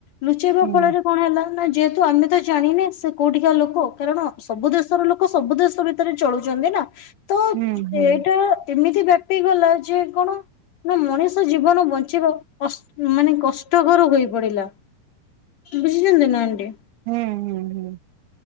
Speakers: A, on the left; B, on the right.
A: ଲୁଚେଇବା
B: ହୁଁ
A: ଫଳରେ କଣ ହେଲା ନା ଯେହେତୁ ଆମେ ତ ଜାଣିନେ ସେ କୋଉଠିକା ଲୋକ କାରଣ ସବୁ ଦେଶର ଲୋକ ସବୁ ଦେଶ ଭିତରେ ଚଳୁଛନ୍ତି ନା ତ
B: ହୁଁ ହୁଁ
A: ଏଇଟା ଏମିତି ବ ପି ଗଲା ଯେ କଣ ନା ମଣିଷ ଜୀବନ ବଞ୍ଚିବା ମାନେ କଷ୍ଟକର ହୋଇ ପଡିଲା। ବୁଝିଛନ୍ତି ନା ଆଣ୍ଟି
B: ହୁଁ ହୁଁ ହୁଁ